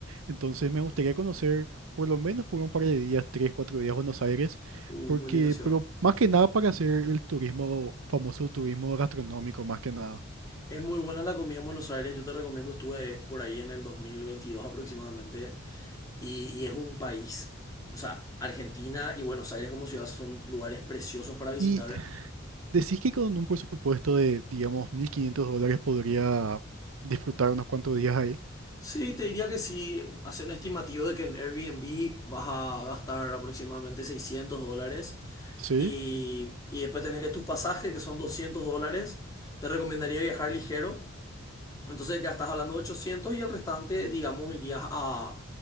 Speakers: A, on the right; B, on the left.
A: Entonces me gustaría conocer por lo menos por un par de días, tres, cuatro días Buenos Aires,
B: Uh,
A: porque,
B: muy linda ciudad.
A: pero más que nada para hacer el turismo, famoso turismo gastronómico, más que nada.
B: Es muy buena la comida en Buenos Aires. Yo te recomiendo, estuve por ahí en el 2022 aproximadamente. Y, y es un país, o sea, Argentina y Buenos Aires como ciudad son lugares preciosos para visitar.
A: Y Decís que con un presupuesto de, digamos, 1.500 dólares podría disfrutar unos cuantos días ahí.
B: Sí, te diría que sí, hacer un estimativo de que en Airbnb vas a gastar aproximadamente 600 dólares
A: Sí,
B: y, y después tenés que tus pasajes, que son 200 dólares, te recomendaría viajar ligero. Entonces ya estás hablando de 800 y el restante, digamos, irías a,